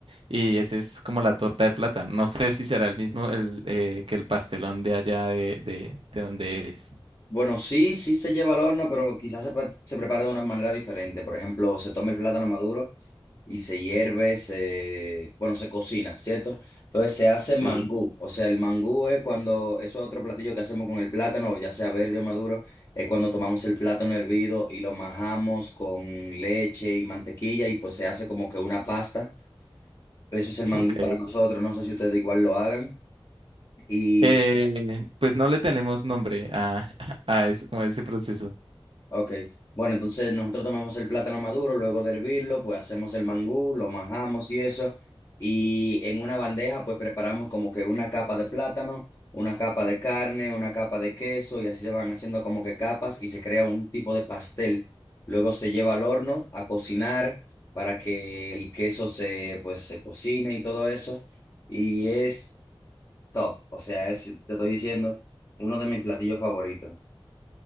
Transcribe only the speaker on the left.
Bueno, sí, sí se lleva al horno, pero quizás se, pre- se prepara de una manera diferente. Por ejemplo, se toma el plátano maduro. y se hierve, se, bueno, se cocina, ¿cierto? Entonces se hace mangú,
o sea, el mangú es cuando, eso es otro platillo que hacemos con el plátano, ya sea verde o maduro, es cuando tomamos el plátano hervido y lo majamos con leche y mantequilla y pues se hace como que una pasta. Eso es el mangú
para nosotros, no sé si ustedes igual lo hagan. Y
Ok. Bueno, entonces nosotros tomamos el plátano maduro, luego de hervirlo, pues hacemos el mangú, lo majamos y eso. Y en una bandeja, pues preparamos como que una capa de plátano, una capa de carne, una capa de queso, y así se van haciendo como que capas y se crea un tipo de pastel. Luego se lleva al horno a cocinar para que el queso se, pues, se cocine y todo eso. Y es top. O sea, es, te estoy diciendo, uno de mis platillos favoritos.